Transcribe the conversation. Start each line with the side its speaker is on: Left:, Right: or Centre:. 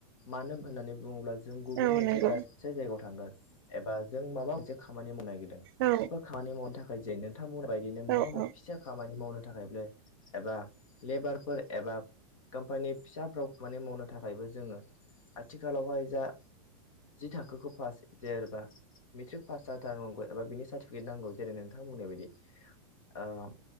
Left: मानो होननानै बुङोब्ला जों गुबुन
Right: औ
Left: मोनसे
Right: नंगौ
Left: दासे जायगायाव थांगोन एबा जों माबा मोनसे खामानि मावनो नागिर बेफोर
Right: औ
Left: खामानि मावनो थाखाय जे नोंथांमोन बायदिनो माबा
Right: औ
Left: मोनसे
Right: औ
Left: फिसा खामानि मावनो थाखाय एबा लेबारफोर एबा कम्पानि फिसाफ्राव माने मावनो थाखायबो जोङो। आथिखालावहाय जा जि थाखोखौ पास जेरबा मेट्रिक पास जाथारनांगौ एबा बिनि सार्टिफिकेट नांगौ जेरै नोंथाङा बुंनाय बायदि ओ